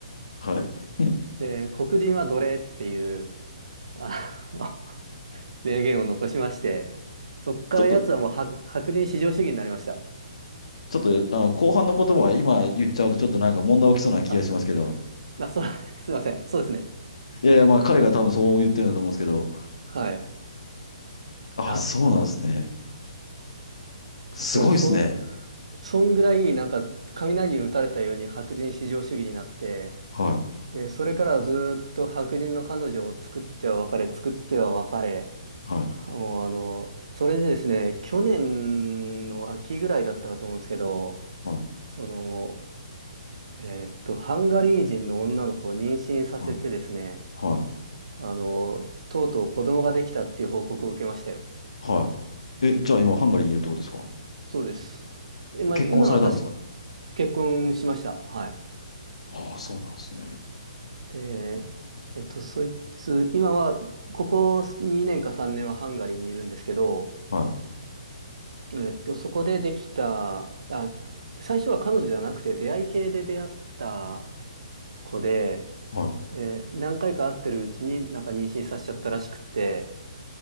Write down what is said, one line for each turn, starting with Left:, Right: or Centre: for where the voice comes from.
Left: はい。<laughs>
Right: で、黒人は奴隷っていう、あの <laughs> 名言を残しまして、そっから奴はもう白、
Left: ちょっと、
Right: 白人至上主義になりました。
Left: ちょっと、あの、後半の言葉は今言っちゃうとちょっとなんか問題起きそうな気がしますけど。
Right: あ、あ、そう、<laughs> すいません。そうですね。
Left: いやいや、まあ彼が多分そう言ってるんだと思うんですけど。
Right: はい。
Left: あ、
Right: あ、
Left: そうなんですね。
Right: あ、
Left: すごいですね。
Right: そうです。そん、そんぐらい、なんか、雷に打たれたように白人至上主義になって、
Left: はい、
Right: で、それからはずーっと白人の彼女を作っては別れ、作っては別れ、
Left: はい、
Right: もうあの、それでですね、去年の秋ぐらいだったかと思うんですけど、
Left: はい、
Right: その、えーっと、ハンガリー人の女の子を妊娠させてですね、
Left: はい、はい。
Right: あの、とうとう子供ができたっていう報告を受けましたよ。
Left: はいえ、じゃあ今ハンガリーにいるってことですか
Right: そうです。え、まあ、
Left: 結婚されたんですか
Right: 今私結婚しました。はい。
Left: ああ、そうなんですね。
Right: で、えっと、そいつ、今は、ここ2年か3年はハンガリーにいるんですけど、
Left: はい、
Right: えっと、そこでできた、あ、最初は彼女じゃなくて出会い系で出会った子で、
Left: はい、
Right: え、何回か会ってるうちになんか妊娠させちゃったらしくって、